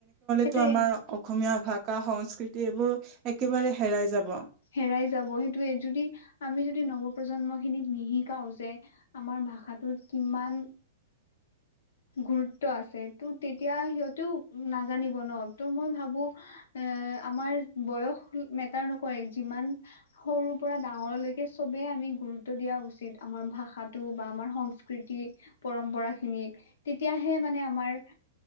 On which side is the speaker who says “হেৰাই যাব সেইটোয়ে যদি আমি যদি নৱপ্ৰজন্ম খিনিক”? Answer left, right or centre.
Left